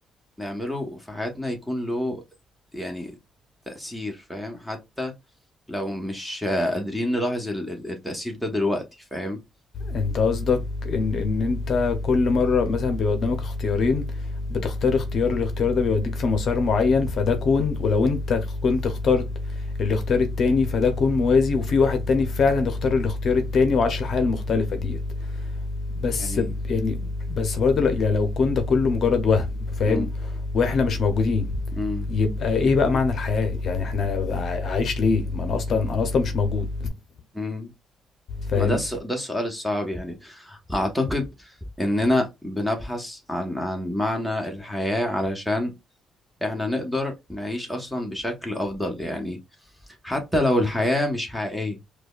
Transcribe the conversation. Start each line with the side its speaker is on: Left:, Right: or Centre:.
Centre: نعمله في حياتنا يكون له يعني تأثير فاهم حتى لو مش آه، قادرين نلاحظ ال- ال- التأثير ده دلوقتي فاهم
Left: انت قصدك ان ان انت كل مرة مثلا بيبقى قدامك اختيارين بتختار اختيار الاختيار ده بيوديك في مسار معين فده كون ولو انت كنت اخترت الاختيار التاني فده كون موازي وفي واحد تاني فعلا اختار الاختيار التاني وعاش الحياة المختلفة ديت بس
Centre: يعني
Left: ب- يعني بس برضه لا- يعني لو كون ده كله مجرد وهم فاهم
Centre: مم.
Left: واحنا مش موجودين
Centre: مم.
Left: يبقى ايه بقى معنى الحياة يعني احنا عايش ليه ما انا اصلا انا اصلا مش موجود
Centre: مم.
Left: <laughs> فاهم
Centre: ما ده الس- ده السؤال الصعب يعني أعتقد إننا بنبحث عن عن معنى الحياة علشان إحنا نقدر نعيش أصلا بشكل أفضل يعني حتى لو الحياة مش حقيقية